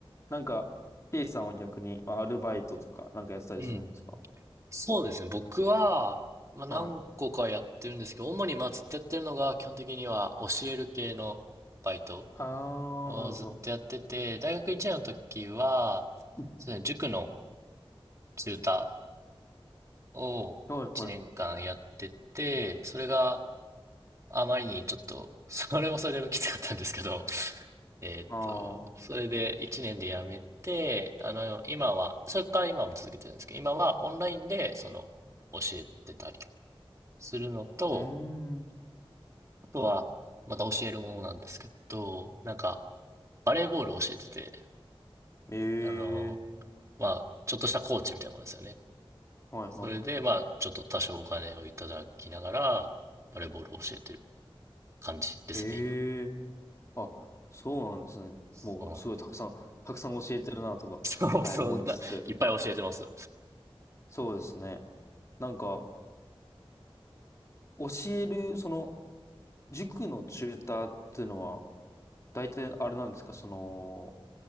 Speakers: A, on the left; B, on the right.
A: なんか、K さんは逆に、まあアルバイトとかなんかやってたりするんですか
B: うん。そうですね。僕は、まあ、何個かやってるんですけど、
A: はい。
B: 主にまあずっとやってるのが、基本的には教える系のバイト。
A: あ
B: をずっとやってて、
A: ー、なるほど。
B: 大学1年の時は、
A: うん
B: そうですね塾のチューターを1年間やってて、
A: はいはい。
B: それがあまりにちょっと、それもそれできつかったんですけど、えーっと、
A: あー。
B: それで1年でやめて、あの、今は、それから今も続けてるんですけど、今はオンラインで、その、教えてたりするのと、
A: うーん。
B: あとは、また教えるものなんですけど、なんか、バレーボールを教えてて、
A: ええー。
B: あの、まあ、ちょっとしたコーチみたいなものですよね。
A: はいはい。
B: それで、まあ、ちょっと多少お金をいただきながら、バレーボールを教えてる感じですね、
A: ええ
B: 今。
A: ー。あ、そうなんですね。
B: そうなん
A: もうすごいたくさん、たくさん教えてるなとか、
B: そうそうだ。
A: はい、思いつつ。
B: いっぱい教えてます。
A: そうですね。なんか、教える、その、塾のチューターっていうのは、大体あれなんですかその、